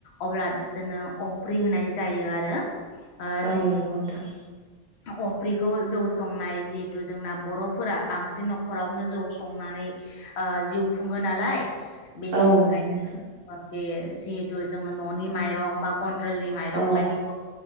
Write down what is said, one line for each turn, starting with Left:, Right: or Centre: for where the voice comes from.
Left: अब्ला बिसोरनो अफ्रि होनाय जायो आरो ओ
Right: औ
Left: जि
Right: नंगौ नोंथां
Left: अफ्रिखौ जौ संनाय जिहेतु जोंना बरफोरा बां सिन‌ नखरावनो जौ संनानै ओ जिउ खुङो नालाय। बेनि
Right: औ
Left: थाखाय
Right: नोंगौ नोंथां।
Left: बे जिहेतु जोङो ननि माइरं बा कन्ट्रेलनि माइरं
Right: औ
Left: बायदिखौ